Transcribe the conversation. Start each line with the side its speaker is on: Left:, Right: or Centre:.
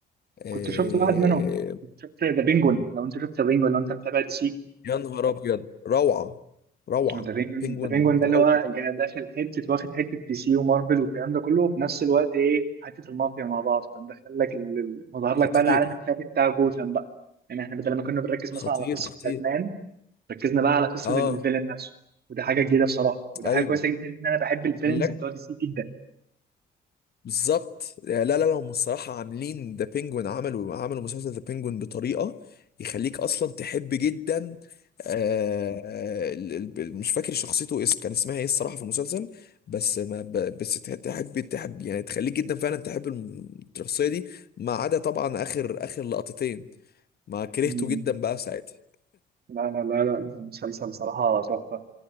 Left: آه،
Right: كنت شفت واحد منهم كنت شفت ذا بينجون لو انت شفت ذا بينجون لو انت متابع دي سي
Left: يا نهار ابيض روعة روعة
Right: ذا بينجون
Left: بينجوين
Right: ذا بينجون ده
Left: روعة
Right: اللي هو جا- داخل حته واخد حته دي سي ومارفل والكلام ده كله وفي نفس الوقت ايه حته المافيا مع بعض فمدخل لك ال- ال- مظهر
Left: خطير
Right: لك بقى العالم الخفي بتاع جوثام بقى يعني احنا بدل ما كنا بنركز
Left: خطير
Right: مثلا على قصه
Left: خطير
Right: باتمان ركزنا بقى على قصه
Left: اه
Right: الفيلن نفسه وده حاجه جديده بصراحه وده
Left: ايوه
Right: حاجه كويسه جدا لان انا بحب الفيلنز
Left: بلاك
Right: بتوع دي سي جدا
Left: بالظبط لا لا لا هم الصراحة عاملين ذا بينجوين عملوا عملوا مسلسل ذا بينجوين بطريقة يخليك أصلا تحب جدا آه ال- ال- مش فاكر شخصيته إيه كان اسمها إيه الصراحة في المسلسل بس ما ب- بس تح- تحب تحب يعني تخليك جدا فعلا تحب الم- الشخصية دي ما عدا طبعا آخر آخر لقطتين ما كرهته
Right: مم.
Left: جدا بقى ساعتها
Right: لا لا لا لا المسلسل بصراحه تحفه